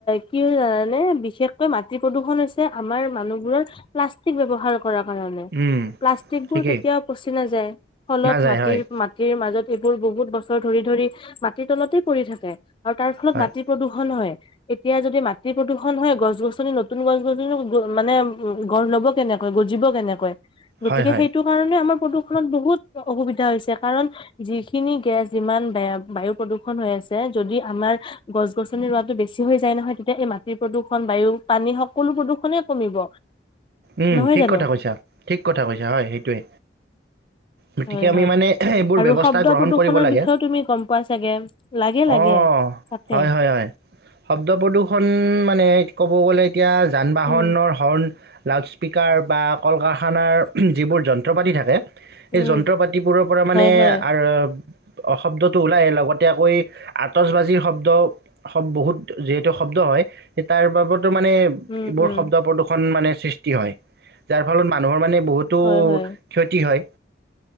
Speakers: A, on the left (about 25°); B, on the right (about 55°).
A: কি হয় জানে বিশেষকৈ মাটি প্ৰদূষণ হৈছে আমাৰ মানুহবোৰৰ প্লাষ্টিক ব্যৱহাৰ কৰা কাৰণে
B: উম,
A: প্লাষ্টিবোৰ
B: ঠিকেই
A: কেতিয়াও পচি নাযায় ফলত
B: নাযায়
A: মাটিৰ
B: হয়,
A: মাটিৰ মাজত এইবোৰ বহুত বছৰ ধৰি ধৰি মাটিৰ তলতে পৰি থাকে আৰু তাৰ ফলত
B: হয়,
A: মাটি প্ৰদূষণ হয়। এতিয়া যদি মাটি প্ৰদূষন হয় গছ গছনি নতুন গছ গছনি মানে গঢ় লব কেনেকৈ গজিব কেনেকৈ গতিকে
B: হয়, হয়।
A: সেইটো কাৰণে আমাৰ প্ৰদূষণত বহুত অসুবিধা হৈছে কাৰণ যিখিনি গেছ যিমান বেয়া বায়ু প্ৰদূ- ষন হৈ আছে যদি আমাৰ গছ গছনি ৰোৱাটো বেছি হৈ যায় নহয় তেতিয়া এই মাটিৰ প্ৰদূষণ বায়ু পানী সকলো প্ৰদূষণে কমিব
B: উম
A: নহয়
B: ঠিক
A: জানো
B: কথা কৈছা ঠিক কথা কৈছা হয় সেইটোৱে গতিকে
A: হয়
B: আমি
A: হয়।
B: মানে এইবোৰ
A: আৰু
B: ব্যৱস্থা
A: শব্দ
B: গ্ৰহণ
A: প্ৰদূষণৰ
B: কৰিব লাগে
A: বিষয়েও তুমি গম পোৱা চাগে লাগে লাগে
B: অ
A: তাকে
B: হয় হয় হয় শব্দ প্ৰদূষণ মানে ক'ব গ'লে এতিয়া যান বাহনৰ
A: উম
B: হৰ্ণ স্পীকাৰ বা কল কাৰা- খানাৰ যিবোৰ যন্ত্ৰ পাতি থাকে সেই
A: উম
B: যন্ত্ৰ পাতিবোৰৰ পৰা মানে
A: হয় হয়
B: আৰু অ শব্দটো ওলাই লগতে আকৌ আটচবাজিৰ শব্দ বহুত যিহেতু শব্দ হয় সেই তাৰ বাবদ মানে
A: উম
B: এইবোৰ
A: উম
B: শব্দ প্ৰদূষণ মানে সৃ- ষ্টি হয় যাৰ ফলত মানুহৰ মানে বহুতো
A: হয় হয়
B: ক্ষতি হয়